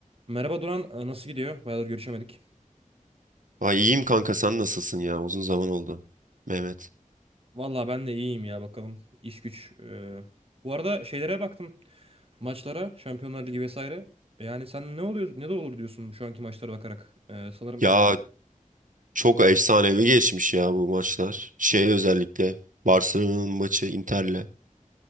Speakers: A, on the right; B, on the right.
A: Merhaba Duran, e, nasıl gidiyor? Bayağıdır görüşemedik.
B: Ay iyiyim kanka sen nasılsın ya? Uzun zaman oldu. Mehmet.
A: Vallahi ben de iyiyim ya bakalım. iş güç. e. Bu arada şeylere baktım. Maçlara, Şampiyonlar Ligi vesaire. Yani sen ne oluyor, ne de olur diyorsun şu anki maçlara bakarak. E, sanırım
B: Ya çok efsanevi geçmiş ya bu maçlar. Şey özellikle Barcelona'nın maçı Inter'le.